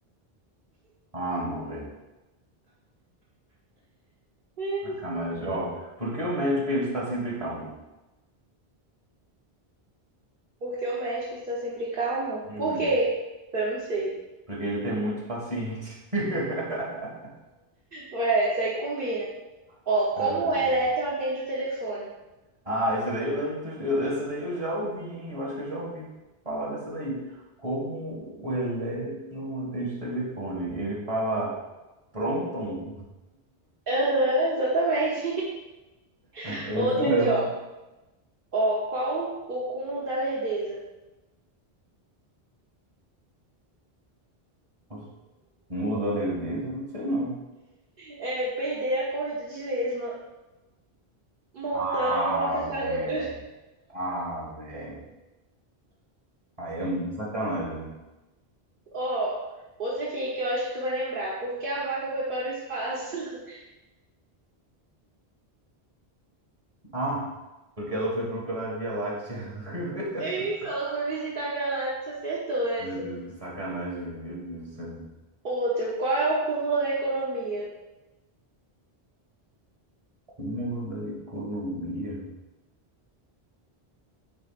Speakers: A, on the right (about 30°); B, on the right (about 60°).
A: Ah, não, velho.
B: Hum,
A: Sacanagem. Ó, porque o médico ele está sempre calmo?
B: Porque o médico está sempre calmo?
A: Uhum.
B: Por quê? Eu não sei.
A: Porque ele tem muitos pacientes. <laughs>
B: Ué, isso aí combina. Ó,
A: É.
B: como o elétron atende o telefone?
A: Ah, esse daí eu lembro que tu, eu, esse daí eu já ouvi, hein? Eu acho que eu já ouvi falar dessa daí. Como o elétron atende o telefone. Ele fala pronton.
B: Aham, exatamente. <laughs>
A: É
B: Outra
A: isso mesmo.
B: aqui, ó. Ó, qual o cúmulo da lerdeza?
A: <laughs> Mula da Lerdeza? Não sei não.
B: É perder a corrida de lesma montando
A: Ah,
B: numa tartaruga.
A: velho.
B: <laughs>
A: Ah, velho. Aí é muito sacanagem.
B: Ó, outra aqui que eu acho que tu vai lembrar. Por que a vaca foi para o espaço? <laughs>
A: Ah, porque ela foi procurar a Via Láctea. <laughs>
B: Isso, ela foi visitar a Via Láctea, acertou essa.
A: Meu Deus, que sacanagem. Meu Deus do céu.
B: Outro, qual é o cúmulo da economia?
A: Cúmulo da economia.